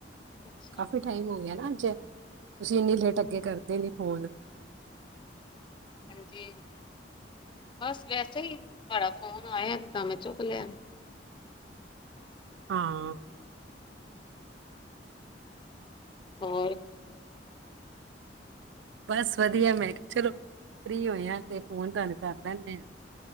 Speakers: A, on the left; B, on the right.
A: ਅੱਛਾ
B: ਕਾਫੀ ਟਾਈਮ ਹੋ ਗਿਆ ਨਾ ਅੱਜ, ਤੁਸੀਂ ਏਨੀ ਲੇਟ ਅੱਗੇ ਕਰਦੇ ਨੀ ਫੋਨ।
A: ਹਾਂਜੀ ਬਸ ਵੈਸੇ ਈ ਤੁਆਡਾ ਫੋਨ ਆਯਾ ਤਾਂ ਮੈਂ ਚੁੱਕ ਲਿਆ।
B: ਹਾਂ।
A: ਹੋਰ
B: ਬਸ ਵਧੀਆ ਮੈਂ ਚਲੋ, ਫਰੀ ਹੋਏ ਆ ਤੇ ਫੋਨ ਤੁਆਨੂੰ ਕਰ ਲੈਂਨੇ ਆ।